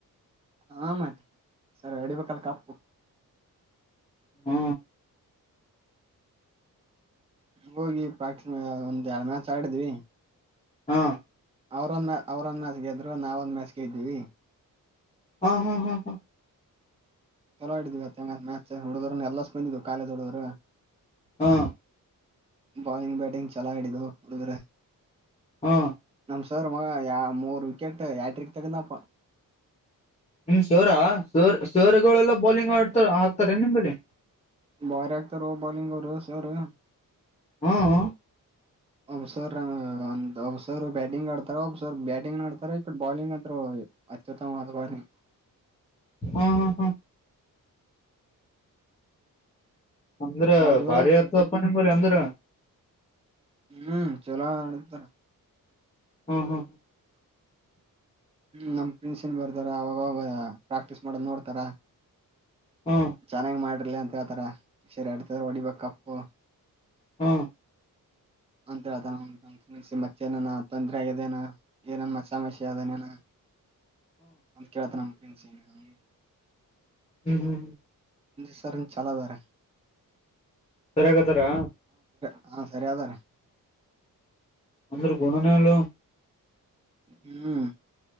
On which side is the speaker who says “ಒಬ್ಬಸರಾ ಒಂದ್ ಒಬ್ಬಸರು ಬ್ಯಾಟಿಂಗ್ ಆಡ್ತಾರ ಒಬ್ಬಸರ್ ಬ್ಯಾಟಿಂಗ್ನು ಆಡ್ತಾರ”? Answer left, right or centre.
Right